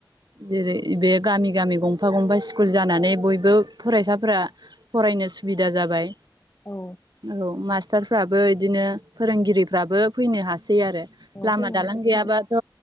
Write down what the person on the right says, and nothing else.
जेरै
बे गामि गामि गं फा गंफा स्कुल जानानै बयबो फरायसाफोरा फरायनो सुबिदा जाबाय
औ मास्टारफ्राबो बिदिनो फोरोंगिरिफ्राबो फैनो हासै सै आरो
लामा
दालां गैयाबाथ'